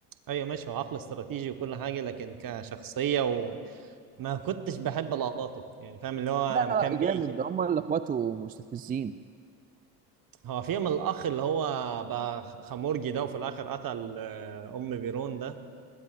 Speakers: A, on the right; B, on the right.
A: ايوه ماشي هو عقل استراتيجي وكل حاجه لكن كشخصيه وما كنتش بحب لقطاته يعني فاهم اللي هو
B: لا
A: لما
B: لا
A: كان
B: جامد
A: بيجي
B: ده هم اللي اخواته مستفزين
A: هو فيهم الأخ اللي هو بقى خمورجي ده وفي الآخر قتل آه، أم بيرون ده